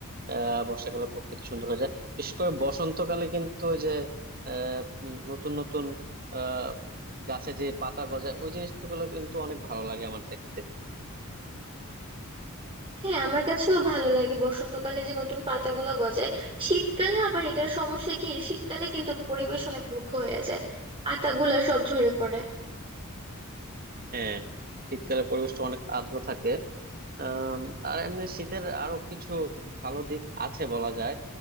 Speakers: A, on the right; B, on the right.
A: আহ বর্ষাকালে প্রকৃতি সুন্দর হয়ে যায় বিশেষ করে বসন্তকালে কিন্তু ওই যে আহ, উম, নতুন নতুন আহ গাছে যে পাতা গজায় ওই জিনিসগুলো কিন্তু অনেক ভালো লাগে আমার দেখতে
B: হ্যাঁ আমার কাছেও ভালো লাগে বসন্তকালে যে নতুন পাতাগুলো গজায় শীতকালে আবার এটার সমস্যা কি শীতকালে কিন্তু পরিবেশ অনেক রুক্ষ হয়ে যায় পাতাগুলো সব ঝরে পড়ে
A: হ্যাঁ শীতকালে পরিবেশটা অনেক আর্দ্র থাকে আম, আর এমনি শীতের আরো কিছু ভালো দিক আছে বলা যায়